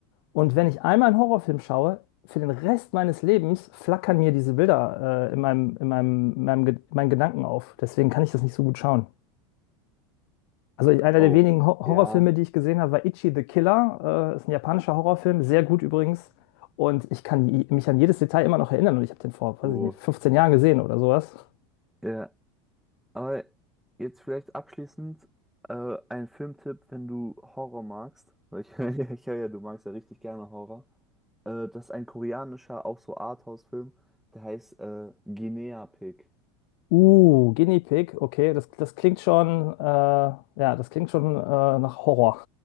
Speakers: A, on the left; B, in the centre.
A: Und wenn ich einmal einen Horrorfilm schaue, für den Rest meines Lebens flackern mir diese Bilder äh, in meinem, in meinem, in meinem, Ge- in meinen Gedanken auf. Deswegen kann ich das nicht so gut schauen. Also einer
B: oh,
A: der wenigen Ho- Horrorfilme,
B: ja,
A: die ich gesehen habe, war Ichi the Killer. Äh, ist ein japanischer Horrorfilm, sehr gut übrigens. Und ich kann i- mich an jedes Detail immer noch erinnern. Und ich habe den vor,
B: oh,
A: weiß ich nicht, 15 Jahren gesehen oder sowas.
B: ja. Aber jetzt vielleicht abschließend äh, ein Filmtipp, wenn du Horror magst. Weil ich, <laughs> ich höre ja, du magst ja richtig gerne Horror. Äh, das ist ein koreanischer, auch so Arthouse-Film, der heißt äh, Guinea Pig.
A: Uh, Guinea Pig, okay, das, das klingt schon, äh, ja, das klingt schon äh, nach Horror.